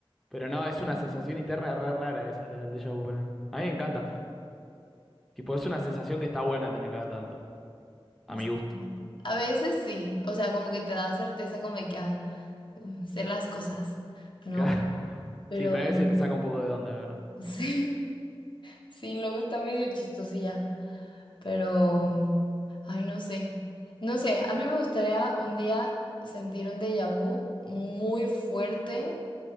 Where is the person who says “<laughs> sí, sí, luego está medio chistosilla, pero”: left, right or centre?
Left